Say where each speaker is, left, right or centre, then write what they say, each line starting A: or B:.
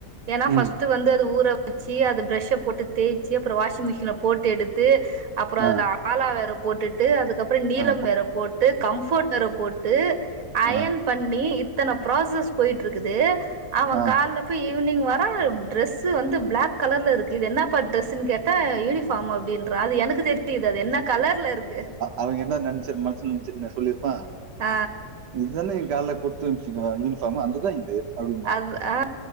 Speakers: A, on the right (about 55°); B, on the right (about 75°).
A: ஏன்னா ஃபர்ஸ்ட்
B: ம்.
A: வந்து அது ஊற வச்சி அது ஃப்ரெஸ்ச போட்டு தேய்ச்சு அப்ரோ வாஷிமிஷின்ல போட்டு எடுத்து அப்ரோ அதுல
B: ஆ,
A: ஆலா வெற போட்டுட்டு அதுக்கப்ரோ நீளம்
B: ஆ,
A: வேற போட்டு கம்ஃபோர்ட் வேற போட்டு அயன்
B: ஆ,
A: பண்ணி இத்தன ப்ராசஸ் போய்ட்டு இருக்குது அவன்
B: ஆ.
A: கால்ல போய் ஈவினிங் வரான் டிரெஸ்சு வந்து பிளாக் கலர்ல இருக்கு இது என்னா ப்பா ட்ரெஸ்ன்னு கேட்டா யூனிஃபார்ம் அப்டின்றான் அது எனக்கு தெரியுது அது என்ன கலர்ல இருக்கு
B: அவுங்க என்ன நினச்சரு மனுசு நினச்சிரு சொல்லிருப்பான்
A: ஆ
B: இதான நீ கால்ல குத்தமிச்சல்ல யூனிஃபாமு அந்ததான் இது அப்படிம்பான்.
A: அது ஆ